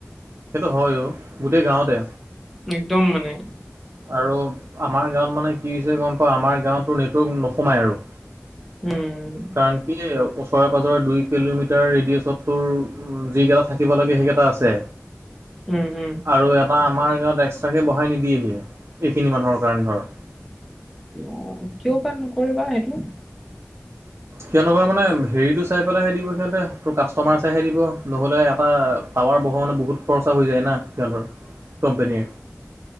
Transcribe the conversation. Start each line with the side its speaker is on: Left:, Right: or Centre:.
Right: সেইটো হয় অ গোটেই গাঁৱতে
Centre: একদম মানে
Right: আৰু আমাৰ গাঁৱত মানে কি হৈছে গম পা আমাৰ গাঁওঁতো ন নোসোমায় আৰু
Centre: উম
Right: কাৰণ কি ওচৰে পাজৰে দুই কিলোমিটাৰ ৰেডিয়েছত তোৰ উ যি কেইটা থাকিব লাগে সেইকেইটা আছে
Centre: উম উম
Right: আৰু এটা আমাৰ গাঁৱত এক্সট্ৰাকে বঢ়াই নিদিয়েহি এইখিনি মানুহৰ কাৰণে ধৰ
Centre: অ কিয় বা নকৰিবা সেইটো
Right: সিয়নো ঘ মানে হেৰিটো চাই পেলাইহে দিব সিহঁতে তোৰ কাষ্টমাৰ চাইহে দিব নহলে এটা পাৱাৰ বহা মানে বহুত খৰচা হৈ যায় না সিহঁতৰ কোম্পেনীৰ